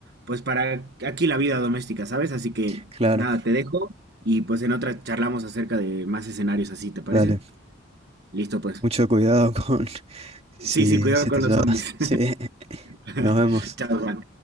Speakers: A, on the right; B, on the right.
A: pues para aquí la vida doméstica, ¿sabes? Así que
B: Claro,
A: nada, te dejo y pues en otra charlamos acerca de más escenarios así, ¿te parece?
B: dale,
A: Listo, pues.
B: mucho cuidado <laughs> con, Sí,
A: Sí, sí, cuidado
B: sí
A: con
B: te llevas.
A: los zombies.
B: <laughs> Sí,
A: <laughs>
B: nos vemos.
A: Chao, Juan.